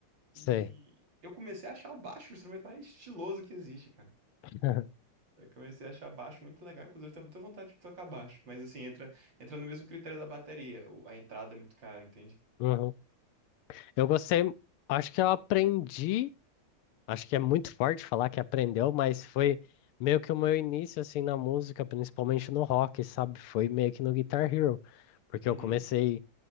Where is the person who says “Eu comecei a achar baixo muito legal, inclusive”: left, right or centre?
Right